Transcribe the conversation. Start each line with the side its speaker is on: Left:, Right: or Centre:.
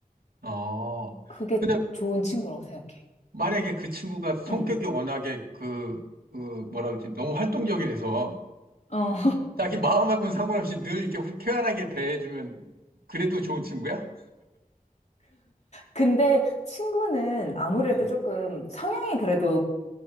Right: 어.
Left: 그게
Right: 근데
Left: 좋은 친구라고 생각해.
Right: 만약에 그 친구가 성격이
Left: 응.
Right: 워낙에 그, 그 뭐라 그러지? 너무 활동적이라서
Left: 어.
Right: 자기 마음하고는 상관없이 늘 이렇게 쾌활하게 대해주면 그래도 좋은 친구야?
Left: 근데 친구는 아무래도
Right: 응.
Left: 조금 성향이 그래도